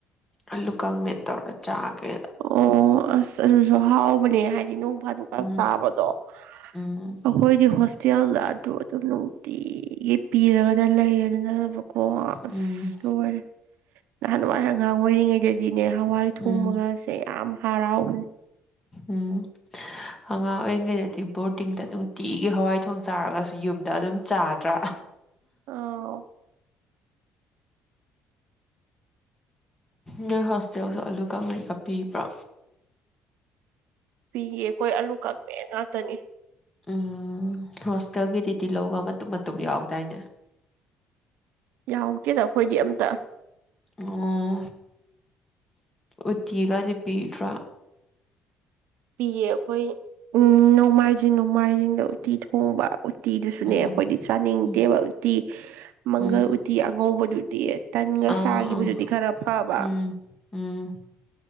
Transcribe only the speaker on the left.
ꯑꯜꯂꯨ ꯀꯪꯃꯦ ꯇꯧꯔ ꯆꯥꯒꯦ
ꯎꯝ
ꯎꯝ
ꯎꯝ
ꯎꯝ
ꯎꯝ ꯑꯉꯥꯡ ꯑꯣꯏꯔꯤꯉꯩꯗꯗꯤ ꯕꯣꯔꯗꯤꯡꯗ ꯅꯨꯡꯇꯤꯒꯤ ꯍꯋꯥꯏ ꯊꯣꯡ ꯆꯥꯔꯒꯁꯨ ꯌꯨꯝꯗ ꯑꯗꯨꯝ ꯆꯥꯗ꯭ꯔꯥ
ꯅꯣꯏ ꯍꯣꯁꯇꯦꯜꯁꯨ ꯑꯂꯨ ꯀꯩ ꯀꯥꯄꯤꯕ꯭ꯔꯥ
ꯎꯝ ꯍꯣꯁꯇꯦꯜꯒꯤꯗꯨꯗꯤꯗꯤꯤ ꯂꯧꯒ ꯃꯇꯨꯡꯨꯝ ꯃꯇꯨꯝ ꯌꯥꯎꯗꯥꯏꯅꯦ
ꯑꯣ ꯎꯠꯇꯤꯒꯗꯤ ꯄꯤꯗ꯭ꯔꯥ
ꯎꯝ
ꯎꯝ
ꯎꯝ
ꯑꯥ
ꯑꯥ
ꯎꯝ ꯎꯝ